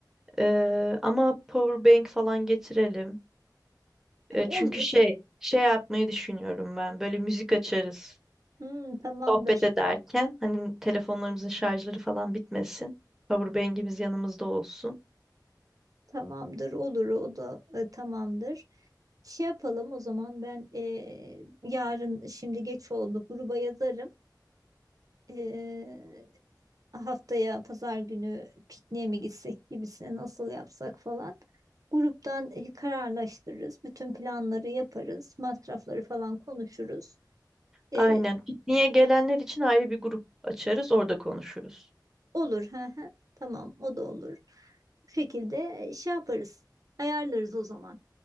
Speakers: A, in the centre; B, on the right.
A: Ee, ama power bank falan getirelim.
B: E,
A: Ee,
B: olur.
A: çünkü şey şey yapmayı düşünüyorum ben. Böyle müzik açarız.
B: Hı, tamamdır.
A: sohbet ederken hani telefonlarımızın şarjları falan bitmesin. Powerbank'imiz yanımızda olsun.
B: Tamamdır. Olur. O da e, tamamdır. Şey yapalım o zaman ben e, yarın şimdi geç oldu gruba yazarım. E, haftaya pazar günü pikniğe mi gitsek gibisine nasıl yapsak falan. Gruptan e, kararlaştırırız. Bütün planları yaparız. Masrafları falan konuşuruz. E,
A: Aynen. Pikniğe gelenler için ayrı bir grup açarız, orada konuşuruz.
B: olur. Hı hı. Tamam o da olur. Bu şekilde e, şey yaparız. Ayarlarız o zaman.